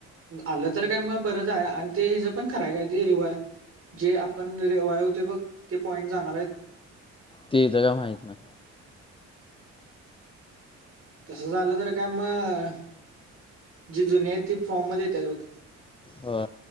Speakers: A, on the right (about 45°); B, on the left (about 20°).
A: आलं तर काय मग बरंच आहे आणि ते हिचं पण खराय काय ते रिवाय जे आपण रेवाया होते बघ ते पॉईंट जाणार आहेत.
B: तेच काय माहित नाय.
A: तसं झालं तर काय मग जी जुने आहेत ती फॉर्म मध्ये येतात बघ.
B: हो